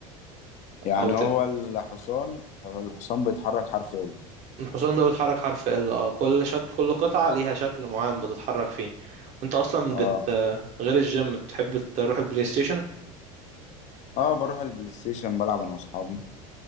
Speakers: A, on the left (about 45°); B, on the right (about 40°).
A: يعني
B: او
A: هو الحصان هو الحصان بيتحرك حرف ال
B: الحصان ده بيتحرك حرف ال اه كل شكل كل قطعة ليها شكل معين بتتحرك فيه انت اصلا
A: اه
B: بت غير الجيم بتحب تروح البلاي ستيشن
A: اه بروح البلاي ستيشن بلعب انا واصحابي